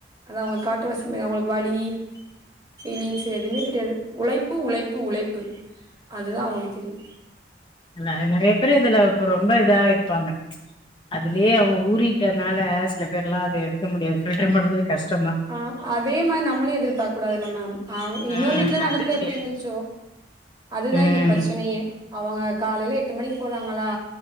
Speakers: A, on the right; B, on the left.
A: அதா அவுங்க காட்டுவாசி மாரி அவுங்ளுக் வலி ஃபீலிங்ஸ் எதுமே தெரியாது உழைப்பு உழைப்பு உழைப்பு அதுதா அவுங்களுக்கு தெரியு
B: இல்ல நெறைய பேரு இதுல இப்ப ரொம்ப இதா இருப்பாங்க அதுலே அவுங்க ஊறிட்டனால சில பேர்லா அது எடுக்க முடியாது ஃபில்டர் பண்றது கஷ்டந்தா
A: ஆ அதே மாரி நம்மளு எதிர்பார்க்க கூடாதுல்ல மேம் அ இன்னொரு
B: ம்
A: வீட்ல இருந்த
B: அது
A: அந்த பிள்ள
B: முடியாது
A: எப்டி இருந்துச்சோ அதுதா
B: ம்
A: இங்க பிரச்சனையே அவுங்க காலையில எட்டு மணிக் போறாங்களா